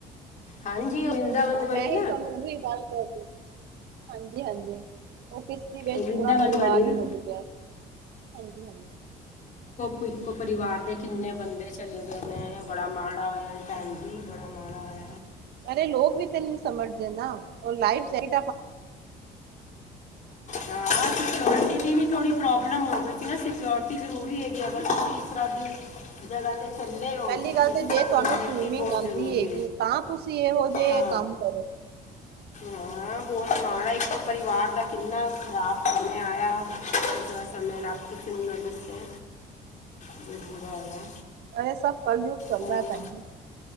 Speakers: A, on the left; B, on the right.
A: ਹਾਂਜੀ ਉਹ ਵਰਿੰਦਾਵਨ
B: ਨਾ ਮੈਂ
A: ਵਾਲੀ
B: ਹੀ ਤੁਹਾਨੂੰ ਉਹੀ ਗੱਲ ਕਰਦੀ ਹਾਂਜੀ ਹਾਂਜੀ, ਉਹ ਕਿਸ਼ਤੀ ਵਿੱਚ
A: ਉਹ ਵਰਿੰਦਾਵਨ
B: ਪੂਰਾ ਪਰਿਵਾਰ
A: ਵਾਲੀ ਨਾ
B: ਹੀ ਡੁੱਬ ਗਿਆ ਸੀ ਹਾਂਜੀ-ਹਾਂਜੀ।
A: ਕੋ ਇੱਕੋ ਪਰਿਵਾਰ ਦੇ ਕਿੰਨੇ ਬੰਦੇ ਚਲੇ ਗਏ ਨੇ ਬੜਾ ਮਾੜਾ ਹੋਇਆ। ਭੈਣ
B: ਹਾਂਜੀ
A: ਜੀ ਬੜਾ ਮਾੜਾ ਹੋਇਆ।
B: ਅਰੇ ਲੋਕ ਵੀ ਤਾਂ ਨਹੀਂ ਸਮਝਦੇ ਨਾ ਉਹ ਲਾਈਫ ਜੈਟ
A: ਹਾਂ ਸਕਿਓਰਟੀ ਦੀ ਵੀ ਥੋੜੀ ਪ੍ਰੋਬਲਮ ਹੋ ਗਈ ਸੀ ਨਾ ਸਕਿਓਰ ਜ਼ਰੂਰੀ ਹੈਗੀ ਅਗਰ ਤੁਸੀਂ ਇਸ ਤਰ੍ਹਾਂ ਦੀ ਜਗਾ ਤੇ ਚੱਲੇ ਹੋ
B: ਪਹਿਲੀ ਗੱਲ ਤੇ ਜੇ
A: ਸਿਕਿਉਰਿਟੀ
B: ਤੁਹਾਨੂੰ ਸਵੀਮਿੰਗ
A: ਬਹੁਤ
B: ਆਦੀ
A: ਜ਼ਰੂਰੀ
B: ਹੈਗੀ ਤਾਂ ਤੁਸੀਂ ਇਹੋ ਜਿਹੇ
A: ਹਾਂ
B: ਕੰਮ ਕਰੋ।
A: ਹਾਂ ਬਹੁਤ ਮਾਣ ਆ ਇੱਕ ਪਰਿਵਾਰ ਦਾ ਕਿੰਨਾ ਖ਼ਰਾਬ ਸਮੇਂ ਆਇਆ ਇਸ ਦਾ ਸਮੇਂ ਰੱਬ ਕਿਨੂੰ ਨਾ ਦੱਸੇ ਬਹੁਤ ਬੁਰਾ ਹੋਇਆ।
B: ਇਹ ਸਭ ਕੱਲ ਯੁਗ ਚੱਲਦਾ।
A: ਉਹ
B: ਭੈਣ ਜੀ